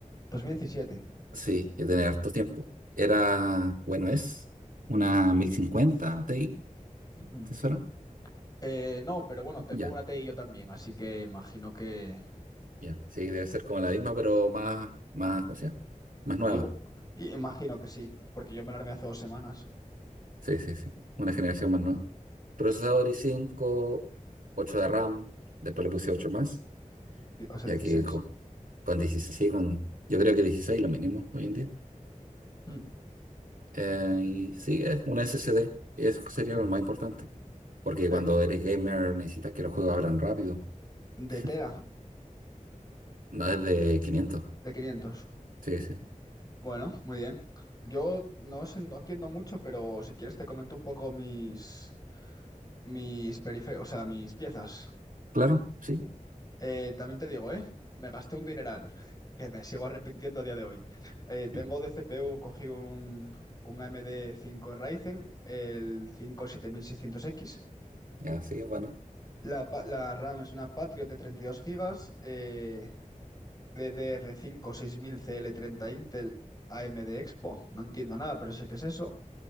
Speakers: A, on the left; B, on the right.
A: 2017.
B: Sí, yo tenía harto tiempo. Era, bueno, es una 1050 Ti,
A: Mm.
B: ¿te suena?
A: Eh, no, pero bueno, tengo
B: Ya,
A: una T TI yo también, así que imagino que...
B: ya. Sí, debe ser como la misma, pero más, más, ¿cómo se llama? Más nueva.
A: igu- i- imagino que sí, porque yo me la armé hace dos semanas.
B: Sí, sí, sí. Una generación más nueva. Procesador i5, 8 de RAM. Después le puse 8 más,
A: Di- O sea,
B: ya
A: dieciséis
B: que con, con 16, con, yo creo que 16 lo mínimo hoy en día.
A: Mm.
B: Eh, y sí, es un SSD. Eso sería lo más importante. Porque
A: De,
B: cuando eres gamer necesitas que los juegos abran rápido.
A: de
B: <laughs>
A: tela,
B: No es de quinientos
A: de 500.
B: Sí, sí.
A: Bueno, muy bien. Yo no sé, no entiendo mucho, pero si quieres te comento un poco mis, mis periféricos, o sea, mis piezas.
B: Claro, sí.
A: Eh, también te digo, ¿eh? Me gasté un dineral, <laughs> que me sigo arrepintiendo a día de hoy. Eh, tengo
B: Sí.
A: de CPU, cogí un, un AMD 5 Ryzen, el 5 7600X.
B: Ya, sí, es bueno.
A: La, pa- la RAM es una Patriot de 32 gigas eh, DDR5 6000CL30 Intel AMD Expo. No entiendo nada, pero sé qué es eso.